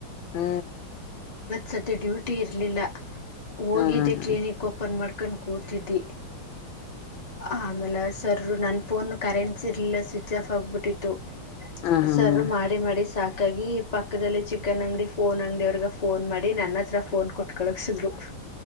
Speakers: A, on the left; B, on the left.
A: ಹ್ಮ್
B: ಸದ್ಯ ಡ್ಯೂಟಿ ಇಲಿಲ್ಲ. ಹೋಗಿದ್ದೆ
A: ಹ್ಮ್ ಹ್ಮ್ ಹ್ಮ್
B: ಕ್ಲಿನಿಕ್ ಓಪನ್ ಮಾಡ್ಕ ಕಂಡ್ ಕೂತಿದ್ದಿ ಆಮೇಲೆ ಸರ್ ಅವನ್ನು ಕರೆನ್ಸ್ ಇರ್ಲಿಲ್ಲ ಸ್ವಿಚ್ ಆಫ್ ಆಗಿಬಿಟ್ಟಿತ್ತು.
A: ಹ್ಮ್ ಹ್ಮ್
B: ಸರ್ ಮಾಡಿ ಮಾಡಿ ಸಾಕ ಹಾಗಾಗಿ ಪಕ್ಕದಲ್ಲಿ ಚಿಕನ್ ಅಂಗಡಿ ಫೋನ್ ಅಂಗಡಿ ಅವ್ರಗೆ ಫೋನ್ ಮಾಡಿ ನನ್ನ ಹತ್ರ ಫೋನ್ ಕೊಟ್ಟು ಕಳಗ್ಸಿದ್ರು